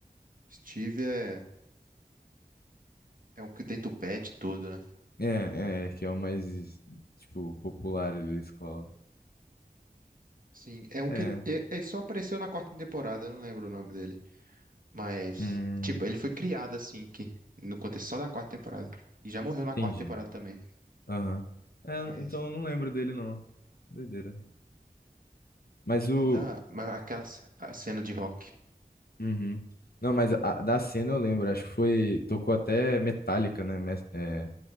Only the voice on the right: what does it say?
Steve é, é um que tem tupete e tudo, né?
Sim, é um
que ele, é- ele só apareceu na quarta temporada, eu não lembro o nome dele. Mas,
tipo, ele foi criado assim, que no contexto só da quarta temporada. E já morreu na
quarta temporada também.
Mas
é da. Mas aquela c- a cena de rock.